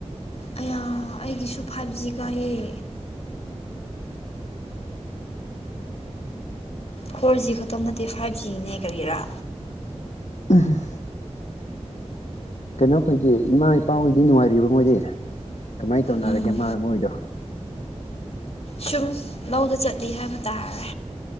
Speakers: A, on the left; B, on the left.
A: ꯑꯩꯌꯥ ꯑꯩꯒꯤꯁꯨ ꯐꯥꯏꯚ ꯖꯤ ꯀꯥꯏꯌꯦ ꯐꯣꯔ ꯖꯤ ꯈꯛꯇꯝ ꯅꯠꯇꯦ ꯐꯥꯏꯚ ꯖꯤꯅꯦ ꯀꯔꯤꯔꯥ
B: <unintelligible> ꯀꯩꯅꯣꯈꯣꯏꯗꯤ ꯏꯃꯥ ꯏꯄꯥꯍꯣꯏꯗꯤ ꯅꯨꯡꯉꯥꯏꯔꯤꯕ ꯃꯣꯏꯗꯤ ꯀꯃꯥꯏ ꯇꯧꯅꯔꯒꯦ
A: ꯎꯝ
B: ꯃꯥ ꯃꯣꯏꯗꯣ
A: ꯁꯨꯝ ꯂꯧꯗ ꯆꯠꯂꯤ ꯍꯥꯏꯕ ꯇꯥꯔꯦ